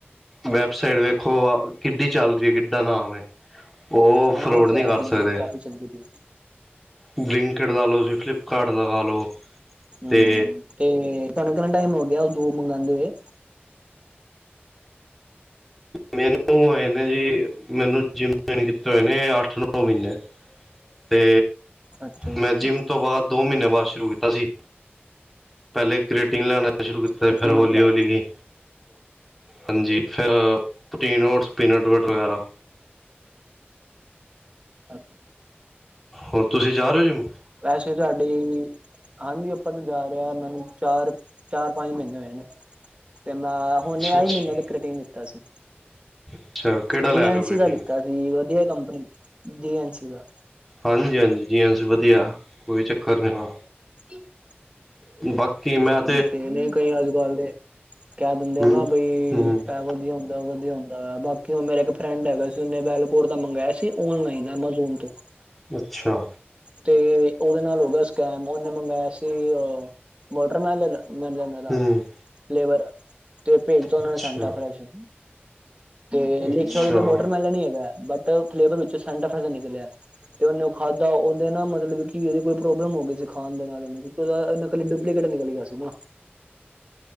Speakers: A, in the centre; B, on the right.
A: ਵੈਬਸਾਈਟ ਵੇਖੋ ਕਿੱਡੀ ਚੱਲ ਰਹੀ ਏ, ਕਿੱਡਾ ਨਾਮ ਏ, ਉਹ
B: ਹਾਂ
A: ਫਰੋਡ
B: ਤੇ
A: ਨਹੀਂੀ
B: ਹੈ
A: ਕਰ
B: ਬਲਿੰਕਟ
A: ਸਕਦੇ
B: ਕਾਫੀ ਚੱਲ ਗਈ
A: ਬਿੰਲਕਟ, ਲਾ ਲਓ ਤੁਸੀਂ, ਫਲਿੱਪਕਾਰਟ ਲਗਾਾ ਲਓ
B: ਹੂੰ
A: ਤੇ
B: ਤੇ ਤੁਹਾਨੂੰ, ਕਿਨਾ ਟਾਈਮ ਹੋ ਗਿਆ, ਉਹ ਜੋ ਮਾਂਗਾਦੀ ਏ
A: ਮੈਨੂੰ ਹੋਏ ਨੇ ਜੀ, ਮੈਨੂੰ ਜਿਮ ਜੋਇਨ ਕੀਤਾ ਹੋਏ ਨੇ, ਅੱਠ ਨੌ ਮਹੀਨੇ। ਤੇ
B: ਅੱਛਾ ਜੀ
A: ਮੈਂ
B: ਅੱਛਾ।
A: ਜਿੰਮ ਤੋਂ ਬਾਅਦ, ਦੋ ਮਹੀਨਿਆਂ ਬਾਅਦ, ਸ਼ੁਰੂ ਕੀਤਾ ਸੀ। ਪਹਿਲੇ, ਗ੍ਰੀਟਿੰਗ ਲੈਣਾ ਸ਼ੁਰੂ ਕੀਤਾ
B: ਸਪਲੀਮੈਂਟ
A: ਸੀ। ਫਿਰ ਹੌਲੀ,
B: ਲੈਣਾ
A: ਹੌਲੀ ਹਾਂਜੀ, ਫਿਰ ਪਟੀਨੋਟਸ ਪੀਨਟ ਬਟਰ, ਵਗੈਰਾ
B: ਅੱਛਾ <inaudible>
A: ਹੋਰ, ਤੁਸੀਂ ਜਾ ਰਹੇ ਹੋ ਜਿਮ?
B: ਵੈਸੇ ਤੁਹਾਡੀ ਹਾਂਜੀ, ਆਪਾਂ ਤੇ ਜਾ ਰਹੇ ਆ ਮੈਨੂੰ ਚਾਰ ਚਾਰ ਪੰਜ ਮਹੀਨੇ ਹੋਏ ਨੇ ਤੇ ਮੈਂ ਹੁਣੇ,
A: ਅੱਛਾ
B: ਆਈ
A: ਅੱਛਾ
B: ਮਹੀਨੇ ਦੇ ਕੰਟਨਿਊ, ਕੀਤਾ ਸੀ।
A: ਅੱਛਾ ਕਿਹੜਾ ਲੈ
B: ਜੀ ਐਨ
A: ਰਹੇ ਹੋ ਪ੍ਰੋਟੀਨ
B: ਸੀ ਦਾ ਲਿੱਤਾ ਸੀ, ਵਧੀਆ ਕੰਪਨੀ ਜੀ ਐਨ ਸੀ ਦਾ।
A: ਹਾਂਜੀ, ਹਾਂਜੀ ਜੀ ਹਾਂ ਵਧੀਆ, ਕੋਈ ਚੱਕਰ ਨਹੀਂ ਹੈ।
B: ਹਮ। <inaudible>
A: ਤੇ ਬਾਕ ਮੈਂ
B: ਓਹੀ, ਤੇ ਨੇੇ ਕਈ, ਅਜ ਕੱਲ ਦੇ ਕਹਿ ਦਿੰਦੇ
A: ਹੂੰ
B: ਆ ਨਾ ਬਈ
A: ਹੂੰ
B: ਇਹ ਵਧੀਆ ਹੁੰਦਾ ਉਹ ਵਧੀਆ ਹੁੰਦਾ ਬਾਕੀ ਹੁਣ ਮੇਰਾ ਫਰੈਂਡ ਹੈਗਾ ਸੀ ਉਹਨੇ ਬੈਲਕੋਰ ਦਾ ਮੰਗਵਾਆ ਸੀ ਓਨਲਾਈਨ ਐਮਾਜ਼ੋਨ ਤੋਂ।
A: ਅੱਛਾ।
B: ਤੇ ਉਹਦੇ ਨਾਲ, ਹੋ ਗਿਆ ਸਕੈਮ, ਉਹਨੇ ਮਗਵਾਇਆ ਸੀ ਵਾਟਰਮੇਲਣ ਦਾ
A: ਹੂੰ
B: ਫਲੇਵਰ, ਤੇ ਭੇਜ ਤਾਂ ਉਹਨਾਂ
A: ਅੱਛਾ
B: ਨੇ, ਸੰਤਾਫਰਾਂਸਰ। ਤੇ
A: ਅੱਛਾ
B: ਲਿਖਿਆ ਉਦੇ ਤਾਂ ਵੋਟਰ ਮੈਲਨ ਹੀ ਹੈਗਾ, ਬਟ ਫਲੇਵਰ ਵਿੱਚੋਂ, ਸੈਂਟਾ ਫੇਰੇਸਰ ਦਾ ਨਿਕਲਿਆ। ਤੇ ਉਹਨੇ ਉਹ ਖਾਧਾ, ਉਹਦੇ ਨਾ ਮਤਲਬ ਕਿ ਉਹਦੇ ਕੋਈ ਪ੍ਰੋਬਲਮ ਹੋ ਗਈ ਸੀ, ਖਾਣ ਦੇ ਨਾਲ, ਨਕਲੀੁ ਨਿਕਲ ਨਿਕਲ ਗਿਆ ਸੀ ਨਾ